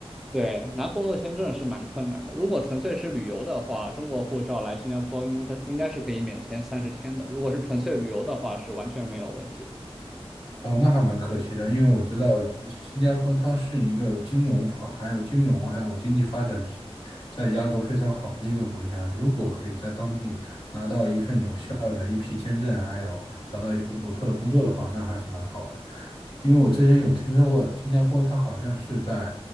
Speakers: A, in the centre; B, on the left (about 55°).
A: 对，拿工作签证是蛮困难的。如果纯粹是旅游的话，中国护照来新加坡应该可应该是可以免签三十天的。如果是纯粹旅游的话，是完全没有问题的。
B: 哦，那还蛮可惜的，因为我知道新新加坡它是一个金融发还有金融还有经济发展比在亚洲非常好的一个国家。如果可以在当地拿到一份有效的一批签证，还有找到一份不错的工作的话，那还是蛮好的。因为我之前有听说过新加坡，它好像是在